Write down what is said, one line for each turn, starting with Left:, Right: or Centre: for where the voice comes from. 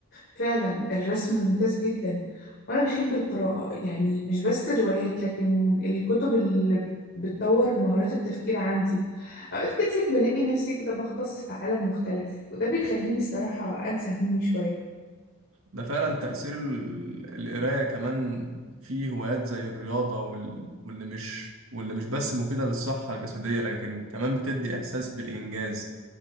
Left: فعلا الرسم ممتاز جدا وأنا بحب القراءة يعني مش بس الروايات لكن الكتب اللي بتطور مهارات التفكير عندي أوقات كتير بلاقي نفسي كده بغطس في عالم مختلف وده بيخليني الصراحة أنسى همومي شوية
Right: ده فعلا تأثير ال- القراية كمان في هوايات زي الرياضة وال... واللي مش واللي مش بس مفيدة للصحة الجسدية لكن كمان بتدي إحساس بالإنجاز